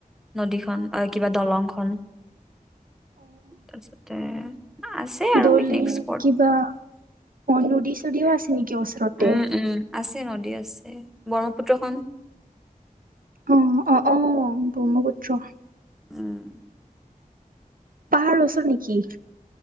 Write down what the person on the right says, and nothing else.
দলিং
কিবা অ', নদী চদীও আছে। নেকি ওচৰতে?
অ', অ', ব্ৰহ্মপুত্ৰখন।
পাহাৰ ওচৰ নেকি?